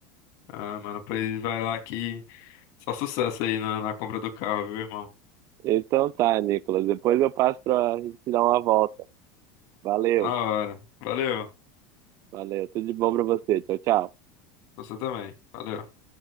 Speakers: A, on the left; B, on the right.
A: Ah, mano, pois vai lá que só sucesso aí na na compra do carro, viu, irmão?
B: Então tá, Nicolas. Depois eu passo para a gente dar uma volta. Valeu.
A: Na hora. Valeu.
B: Valeu, tudo de bom pra você. Tchau, tchau.
A: Você também. Valeu.